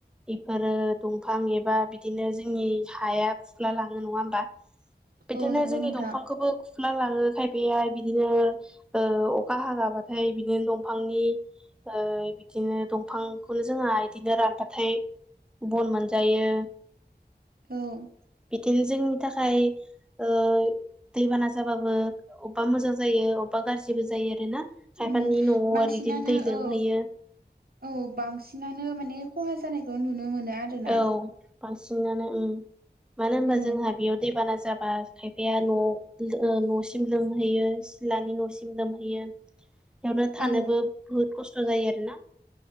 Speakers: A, in the centre; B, on the right.
A: इफोरो दंफां एबा बिदिनो जोंनि हाया फुख्ला लाङो नङा होमबा? बिदिनो
B: औ नंगौ
A: जोंनि
B: नोंथां
A: दंफांखौबो खुफ्ला लाङो खायफाया बिदिनो ओ अखा हागाबाथाय बिदिनो दंफांनि ओ बिदिनो दंफांखौनो जोंहा बिदिनो रानबाथाय बन मोनजायो
B: औ
A: गिल जोंनि थाखाय ओ दैबाना जाबाबो अबेबा मोजां जायो अबेबा गाज्रिबो जायो आरोना खायफानि
B: उम
A: न'आव
B: बांसिनानो
A: आरो बिदिनो दै लोमहैयो
B: औ औ बांसिनानो माने खहा जानायखौ नुनो मोनो आरोना
A: औ बांसिनानो उम मानो होनबा
B: औ
A: जोंहा बेयाव दैबाना जाबा खायफा खायफाया न' न'सिम लोमहैयो सिथलानि न'सिम लोमहैयो बेयावनो थानोबो
B: औ
A: बुहुद खस्थ' जायो आरोना